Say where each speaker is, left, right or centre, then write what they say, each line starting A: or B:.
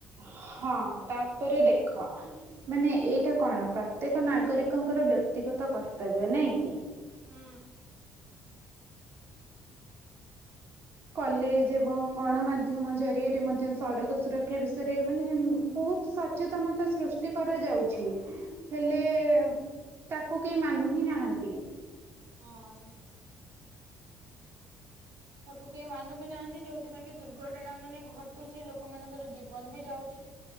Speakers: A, on the right; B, on the right.
A: ହଁ ତାପରେ ଦେଖ ମାନେ ଏଇଟା କଣ ପ୍ରତ୍ୟେକ ନାଗରିକଙ୍କର ବ୍ୟକ୍ତିଗତ କର୍ତ୍ତବ୍ୟ ନାଇଁ କି?
B: ହୁଁ
A: କଲେଜ ଏବଂ ଗଣମାଧ୍ୟମ ଜରିଆରେ ମଧ୍ୟ ସଡ଼କ ସୁରକ୍ଷା ବିଷୟରେ ମାନେ <unintelligible> ବୋହୁତ ସ ଚେତନତା ସୃଷ୍ଟି କରାଯାଉଛି ହେଲେ ଉଁ ତାକୁ କେହି ମାନୁ ହିଁ ନାହାନ୍ତି।
B: ହଁ। ତାକୁ କେହି ମାନୁ ବି ନାହାନ୍ତି ଯୋଉଥିପାଇଁ କି ଦୁର୍ଘଟଣା ମାନେ ଘଟୁଛି ଲୋକମାନଙ୍କର ଜୀବନ ବି ଯାଉଛି।